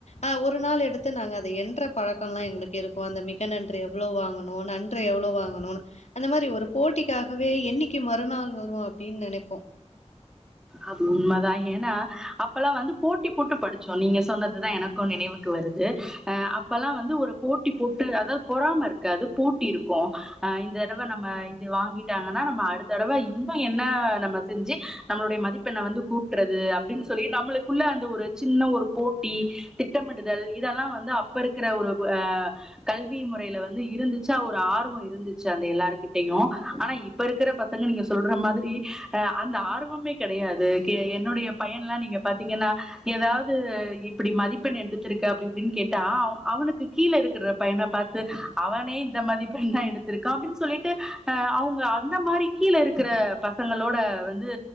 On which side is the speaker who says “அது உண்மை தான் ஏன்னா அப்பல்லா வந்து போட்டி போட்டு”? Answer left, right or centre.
Centre